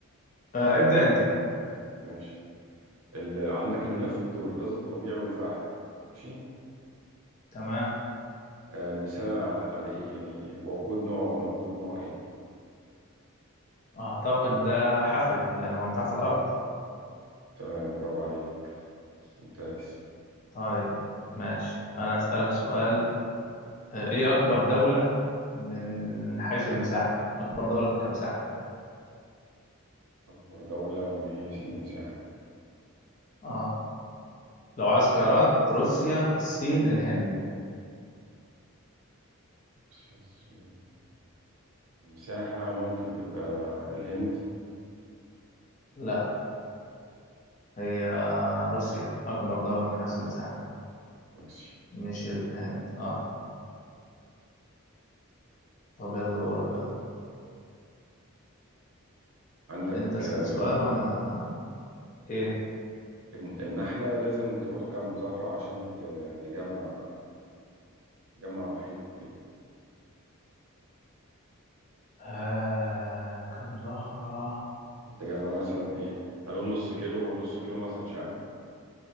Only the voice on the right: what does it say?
ماشي ال... عندك النفط والغاز الطبيعي والفحم ماشي
آه، مثالا على... على ايه يعني وقود نوع نقود نوع ايه
تمام برافو عليك ممتاز
اكبر دوله من حيث المساحه
روسيا الصين المساحه ممكن تبقى الهند
روسيا
عندك
آه،
الن- النحلة لازم تروح كام زهرة عشان ت- تجمع تجمع رحيق وكده
تجمع مثلا ايه هنقول نص كيلو نص كيلو مثلا شمع